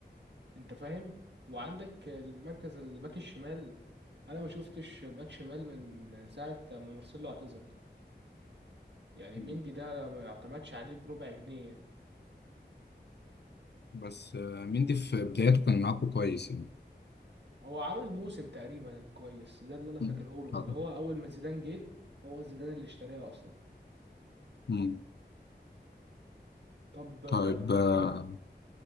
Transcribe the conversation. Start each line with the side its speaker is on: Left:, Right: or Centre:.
Right: انت فاهم وعندك المركز الباك الشمال انا ما شفتش باك شمال من ساعه ما مارسيلو اعتزل يعني
Left: مم.
Right: مندي ده ما اعتمدش عليه بربع جنيه
Left: بس آه، مندي في بدايته كان معاكم كويس يعني
Right: هو عمل موسم تقريبا كويس ده اللي انا فاكره
Left: مم.
Right: له
Left: طيب
Right: اللي هو اول ما زيدان جه هو زيدان اللي اشتريها اصلا
Left: مم.
Right: طب آه،
Left: طيب، آه،